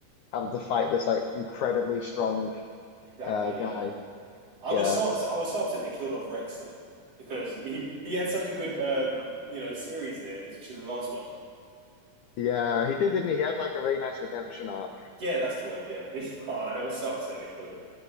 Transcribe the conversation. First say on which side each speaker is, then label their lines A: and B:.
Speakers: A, on the left; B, on the right.
A: having to fight this like incredibly strong
B: Exactly.
A: uh guy.
B: Yeah. I
A: Yeah,
B: was so
A: it's-
B: upset. I was so upset they killed off Rex though, because he he had such a good um you know series there, especially the last one.
A: yeah, he did, didn't he? He had like a really nice redemption arc.
B: Yeah, that's the word. Yeah. <laughs> oh, and I was so upset they killed it.